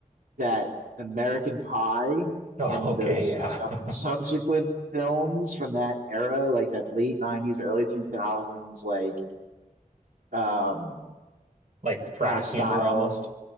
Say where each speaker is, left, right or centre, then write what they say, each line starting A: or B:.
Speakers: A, on the right (about 80°); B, on the right (about 60°).
A: that American Pie
B: Oh,
A: and
B: okay,
A: those
B: yeah,
A: su-
B: <laughs>
A: subsequent films from that era, like that late 90s, early 2000s, like um,
B: like frat
A: kind of style.
B: humor almost.